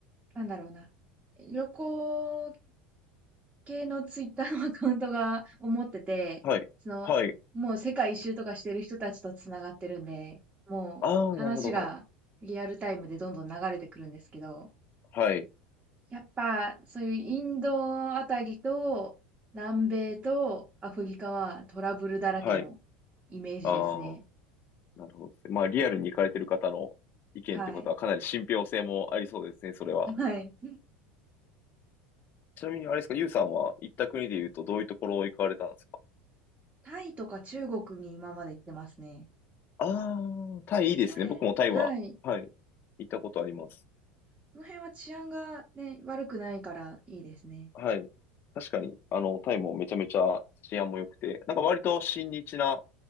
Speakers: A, on the right; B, on the left.
A: なんだろうな。旅行系のツイッターのアカウントが思ってて、
B: はい。
A: その、
B: はい。
A: もう世界一周とかしてる人たちと繋がってるんで、もう話がリアルタイムでどんどん流れてくるんですけど、
B: ああ、なるほど。はい。
A: やっぱそういうインドあたりと南米とアフリカはトラブルだらけの
B: はい。
A: イメージですね。
B: ああ、なるほどですね。まあ、リアルに行かれてる方の意見ってことはかなり信憑性もありそうですね、
A: はい。
B: それは。
A: <laughs> はい。
B: ちなみに、あれですか、ユウさんは行った国で言うとどういうところ行かれたんですか
A: タイとか中国に今まで行ってますね。
B: ああ、タイいいですね。
A: その辺、
B: 僕もタイは、
A: はい。
B: はい、行ったことあります。
A: その辺は治安がね、悪くないからいいですね。
B: はい。確かに、あの、タイもめちゃめちゃ治安も良くて、なんか割と親日な